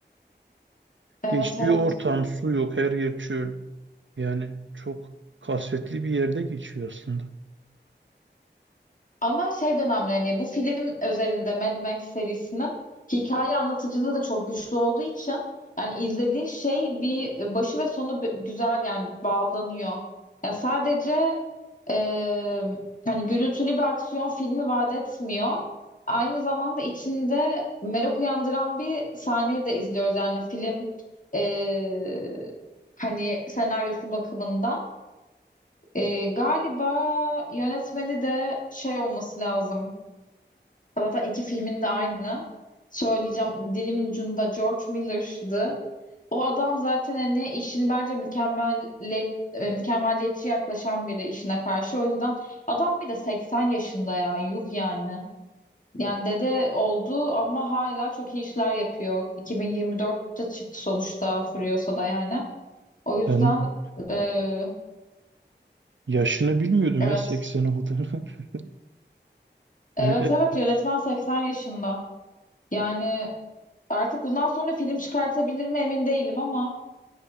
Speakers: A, on the left; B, on the right.
A: Evet
B: Geçtiği
A: evet.
B: ortam su yok, her yer çöl. Yani çok kasvetli bir yerde geçiyor aslında.
A: Ama şey dönemli hani bu film özelinde Mad Max serisinin hikaye anlatıcılığı da çok güçlü olduğu için hani izlediğin şey bir başı ve sonu b- güzel yani bağlanıyor. Ya sadece e, hani gürültülü bir aksiyon filmi vaat etmiyor. Aynı zamanda içinde merak uyandıran bir sahneyi de izliyoruz. Yani film e, hani senaryosu bakımından. E, galiba yönetmeni de şey olması lazım. Zaten iki filmin de aynı. Söyleyeceğim dilimin ucunda George Miller'dı. O adam zaten hani işini bence mükemmeliyet, e, mükemmeliyetçi yaklaşan biri işine karşı. O yüzden adam bir de 80 yaşında ya yuh yani. Yani dede oldu ama hala çok iyi işler yapıyor. 2024'te çıktı sonuçta Furiosa'da yani. O yüzden
B: Ben
A: e,
B: yaşını bilmiyordum
A: evet.
B: ya 80 olduğunu. <laughs>
A: Evet
B: Öyle
A: evet
B: yani.
A: yönetmen 80 yaşında. Yani Artık bundan sonra film çıkartabilir mi emin değilim ama